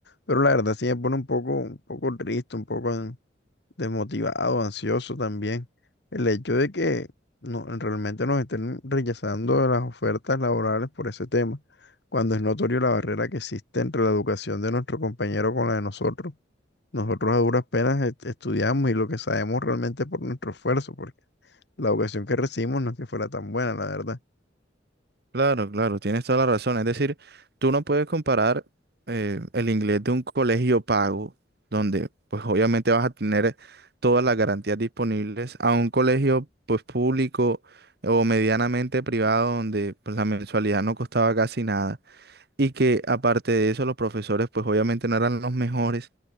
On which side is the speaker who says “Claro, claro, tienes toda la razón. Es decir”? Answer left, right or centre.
Right